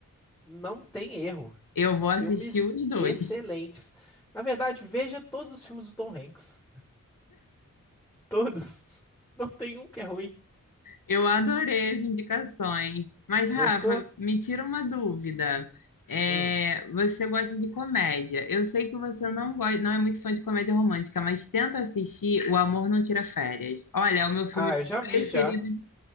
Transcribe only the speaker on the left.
Eu vou
assistir os dois.
Eu adorei as indicações. Mas,
Rafa, me tira uma dúvida. É,
você gosta de comédia. Eu sei que você não gosta, não é muito fã de comédia romântica, mas tenta assistir O Amor Não Tira Férias. Olha, é o meu filme
preferido.
de-